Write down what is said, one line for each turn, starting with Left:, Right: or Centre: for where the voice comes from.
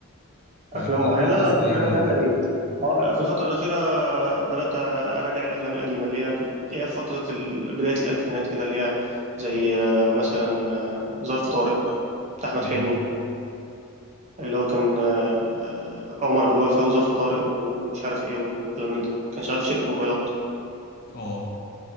Left: خلينا
Right: افلام معينه
Left: في المصري
Right: انا بحب
Left: يعني
Right: الافلام
Left: دلوقتي
Right: القديمه آه، في الفتره الاخيره بدات اراجع الافلام القديمه اللي هي كنت هي في فتره ال... بدايه الالفينات كده اللي هي زي آه، مثلا آه، ظرف طارق بتاع احمد
Left: امم
Right: حلمي اللي هو كان آه، عمر ابو الوفا وظرف طارق ومش عارف ايه وكلام من ده كان شغال في شركه موبايلات
Left: اه